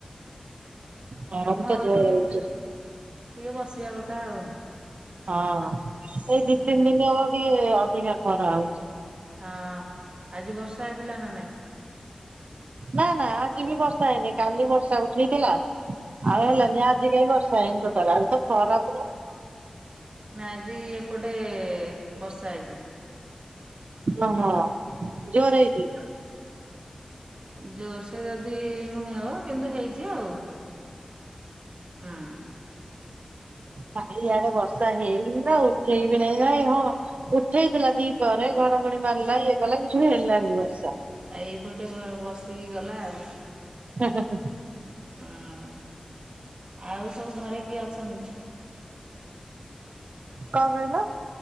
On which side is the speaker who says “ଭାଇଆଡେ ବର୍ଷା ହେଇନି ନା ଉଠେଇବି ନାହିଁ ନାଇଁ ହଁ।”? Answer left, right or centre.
Right